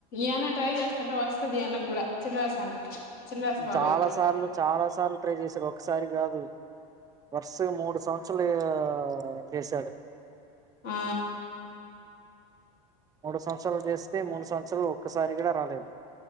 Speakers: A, on the left; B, on the right.
A: ఏన ట్రై చేస్తటే వస్తది అన్నకు కూడా చిన్న రస అన్నకి చినరాశు బాబాయికి
B: చాలా సార్లు చాలా సార్లు ట్రై చేసారు ఒకసారి కాదు వర్ష మూడు సంవత్సర క్షరాలు చేశాడు
A: ఆ
B: మూడు సంవత్సరాలు చేస్తే మూడు సంవత్సరాలు ఒక్కసారి కూడా రాలే